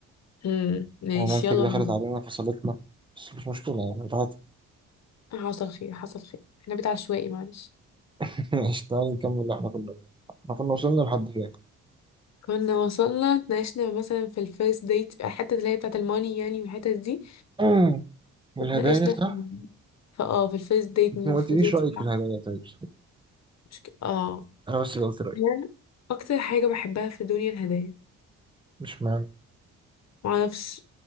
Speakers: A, on the left; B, on the right.
A: امم ماشي
B: ومامتك
A: يلا
B: دخلت
A: بينا
B: علينا فصلتنا بس مش مشكله يعني بتاعت
A: حصل خير حصل خير احنا بيت عشوائي معلش
B: <laughs> ماشي تعالي نكمل اللي احنا كنا بنعمله احنا كنا وصلنا لحد فين
A: كنا وصلنا اتناقشنا مثلا في الفيرست ديت الحته اللي هي بتاعه الماني يعني والحته دي
B: <clears throat> مم. والهدايا
A: اتناقشنا
B: صح
A: في فاه في الفيرست ديت
B: انت
A: المفروض
B: ما قلتليش
A: يدفع
B: رايك في الهدايا طيب صحيح.
A: مش ك... اه
B: انا بس اللي قلت رايي
A: أنا اكتر حاجه بحبها في الدنيا الهدايا
B: مش معنى
A: معرفش